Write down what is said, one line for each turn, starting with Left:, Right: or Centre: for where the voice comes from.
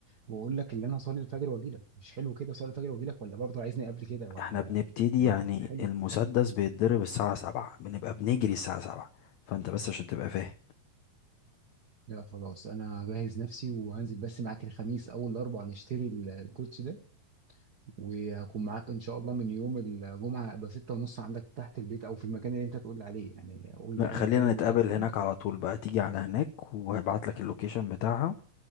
Right: وأقول لك إن أنا هصلي الفجر وأجي لك مش حلو كده أصلي الفجر وأجي لك ولا برضه عايزني قبل كده ولا
Left: احنا بنبتدي
Right: يعني
Left: يعني
Right: حلو
Left: المسدس بيتضرب الساعة سبعة بنبقى بنجري الساعة سبعة فانت بس عشان تبقى فاهم
Right: لا خلاص أنا جاهز نفسي وهنزل بس معاك الخميس أول أربعة نشتري ال- الكوتش ده وهكون معاك ان شاء الله من يوم الجمعه ابقى 6 ونص عندك تحت البيت او في المكان اللي انت تقول لي عليه يعني قول
Left: لا
Right: لي ايا
Left: خلينا
Right: كان المكان
Left: نتقابل
Right: فين
Left: هناك على طول بقى تيجي على هناك وهبعت لك اللوكيشن بتاعها